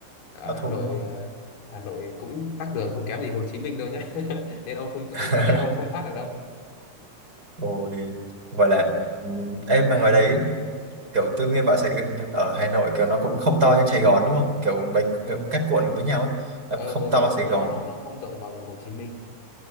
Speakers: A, on the left (about 85°); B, on the right (about 25°).
A: ở
B: áo
A: Hà
B: thun
A: Nội
B: thôi
A: à, Hà Nội cũng tắc đường không kém gì Hồ Chí Minh đâu nhé. <laughs> Nên ông không ông
B: <laughs>
A: ra đây ông không thoát được đâu.
B: Ôi, vậy là ừ, em mà ngoài đấy kiểu tôi nghe bảo Sài ở Hà Nội kiểu nó cũng không to như Sài Gòn đúng không? Kiểu mấy các quận với nhau ấy, nó
A: Ờ
B: không to
A: đúng rồi,
B: Sài
A: nó
B: Gòn.
A: nó nó không rộng bằng Hồ Chí Minh.